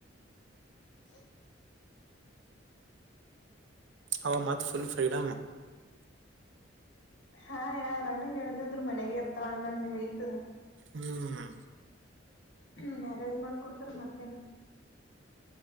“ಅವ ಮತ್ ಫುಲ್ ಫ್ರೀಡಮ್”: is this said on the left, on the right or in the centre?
Right